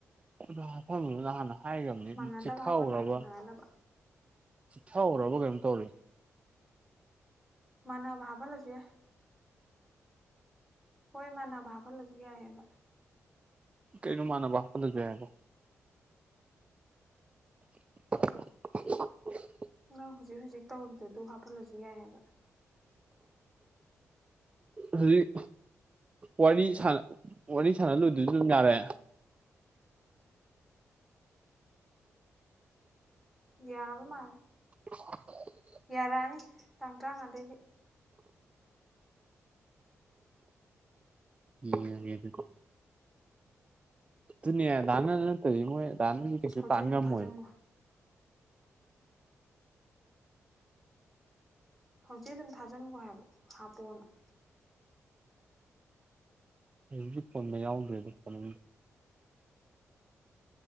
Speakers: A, on the right; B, in the centre.
A: <unintelligible> ꯍꯥꯟꯅ ꯍꯥꯏꯈ꯭ꯔꯕꯅꯤ
B: ꯃꯥꯟꯅꯗꯕ
A: ꯆꯤꯠꯊꯍꯧꯔꯕ
B: ꯍꯥꯞꯐꯜꯂꯣ ꯍꯥꯏꯕ ꯃꯥꯟꯅꯗꯕ
A: ꯊꯧꯒ꯭ꯔꯕ ꯀꯩꯅꯣꯝ ꯇꯧꯔꯤ
B: ꯃꯥꯥꯟꯅꯕ ꯍꯥꯐꯜꯂꯖꯨ ꯌꯥꯏ ꯍꯣꯏ ꯃꯥꯟꯅꯕ ꯍꯥꯞꯐꯜꯂꯖꯨ ꯌꯥꯏ ꯍꯥꯏꯕ
A: ꯀꯩꯅꯣ ꯃꯥꯟꯅꯕ ꯍꯥꯞꯐꯜꯂꯖꯨ ꯌꯥꯏꯕꯣ <unintelligible>
B: ꯅꯪ ꯍꯧꯖꯤꯛ ꯍꯧꯖꯤꯛ ꯇꯧꯔꯤꯗꯨ ꯗꯨ ꯍꯥꯞꯐꯜꯂꯖꯨ ꯌꯥꯏꯕ
A: ꯍꯧꯖꯤꯛ ꯋꯥꯔꯤ ꯁꯥꯟ ꯋꯥꯔꯤ ꯁꯥꯟꯅ ꯂꯣꯏꯗ꯭ꯔꯖꯨ ꯑꯗꯨꯝ ꯌꯥꯔꯦ
B: ꯌꯥꯕ ꯃꯥꯜꯂꯦ
A: <inaudible>
B: ꯌꯥꯔꯛꯑꯅꯤ ꯇꯥꯡ ꯇ꯭ꯔꯥꯉꯥꯗꯩꯗꯤ
A: ꯌꯦꯡꯉꯒꯦ ꯗꯨꯗꯤ ꯑꯗꯨꯅꯦ ꯗꯥꯅꯟ ꯅꯠꯇ꯭ꯔꯗꯤ ꯃꯣꯏ ꯗꯥꯅꯟꯗꯤ ꯀꯩꯁꯨ
B: ꯍꯧꯖꯤꯛ
A: ꯇꯥꯟ
B: ꯑꯗꯨꯝ
A: ꯉꯝꯃꯣꯏ
B: ꯊꯥꯖꯤꯟꯈꯣ ꯍꯧꯖꯤꯛ ꯑꯗꯨꯝ ꯊꯥꯖꯟꯒꯣ ꯍꯥꯏꯕ ꯍꯥꯞꯄꯣꯅ
A: ꯍꯧꯖꯤꯛꯇꯤ ꯐꯣꯟ ꯃꯩ ꯌꯥꯎꯗ꯭ꯔꯦꯗ ꯐꯣꯟꯅꯤꯡ